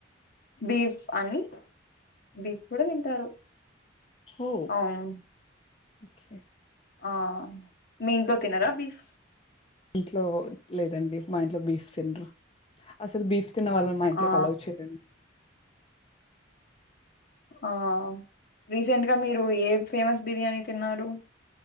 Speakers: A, on the left; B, on the left.
A: beef అని బీఫ్ కూడా తింటారు
B: ఓ
A: అవును
B: ఓకే
A: ఆ మీ ఇంట్లో తినారా బీఫ్
B: ఇంట్లో లేదండి మా ఇంట్లో బీఫ్ తిండ్రు అసలు బీఫ్ తిన్న వాళ్ళని మా ఇంట్లోకి
A: ఆ
B: అలో చేయరండి.
A: ఆ రీసెంట్ గా మీరు ఏ ఫేమస్ బిర్యానీ తిన్నారు.